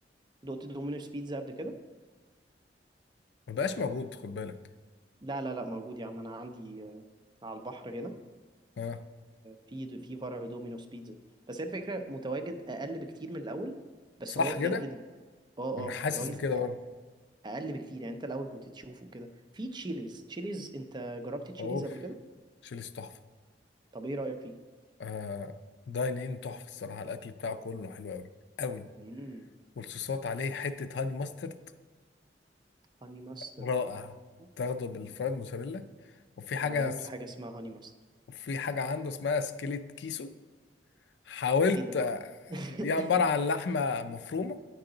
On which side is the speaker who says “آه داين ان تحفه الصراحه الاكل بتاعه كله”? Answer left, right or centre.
Left